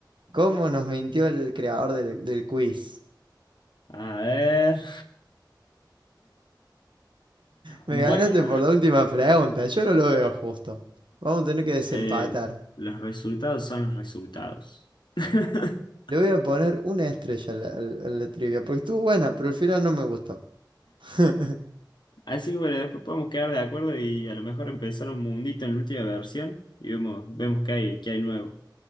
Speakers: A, on the right; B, on the left.
A: ¿Cómo nos mintió el creador del, del quiz?
B: A ver.
A: Me
B: Bueno,
A: ganaste por la última pregunta, yo no lo veo justo. Vamos a tener que desempatar.
B: eh, los resultados son los resultados. <laughs>
A: Le voy a poner una estrella a la, al- a la trivia, porque estuvo buena, pero al final no me gustó. <laughs>
B: Así que bueno, después podemos quedar de acuerdo y a lo mejor empezar un mundito en la última versión y vemos, vemos qué hay, qué hay nuevo.